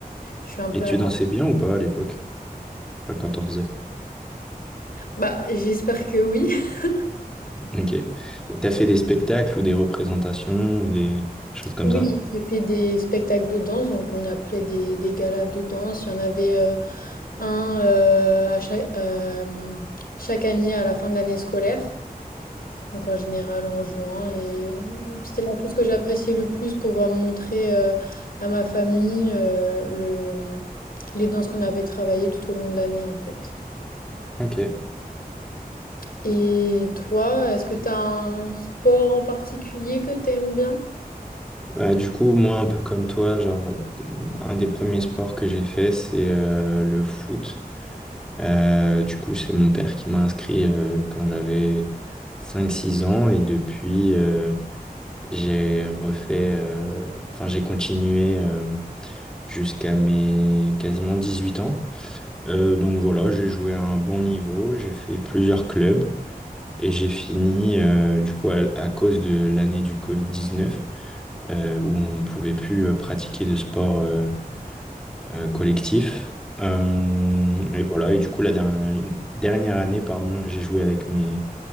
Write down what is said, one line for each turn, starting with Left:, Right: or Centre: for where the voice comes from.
Left: Je suis un
Centre: et
Left: peu
Centre: tu
Left: à la
Centre: dansais bien ou pas à l'époque? Enfin, quand on faisait.
Left: bah, j'espère que oui. <laughs>
Centre: Ok. Et T'as fait des spectacles ou des représentations ou des choses comme
Left: Oui,
Centre: ça?
Left: j'ai fait des spectacles de danse, donc on appelait des des galas de danse. Il y en avait, heu, un, heu, à chaque hem, chaque année à la fin de l'année scolaire. Donc en général en juin. Et c'était la chose que j'appréciais le plus pour pouvoir montrer euh, à ma famille euh, le, les danses qu'on avait travaillées tout au long de l'année en fait.
Centre: Ok.
Left: Et toi, est-ce que tu as un sport en particulier que t'aimes bien?
Centre: Bah, du coup, moi, un peu comme toi, genre, un des premiers sports que j'ai fait, c'est euh, le foot. Euh, du coup, c'est mon père qui m'a inscrit euh, quand j'avais cinq, six ans et depuis, euh, j'ai refait, euh, enfin, j'ai continué euh, jusqu'à mes quasiment 18 ans. Euh, donc voilà, j'ai joué à un bon niveau, j'ai fait plusieurs clubs et j'ai fini, euh, du coup, à, à cause de l'année du Covid-19 euh, où on ne pouvait plus euh, pratiquer de sport euh, euh, collectif. Euh, et voilà, et du coup, la dernière, dernière année, pardon, j'ai joué avec mes,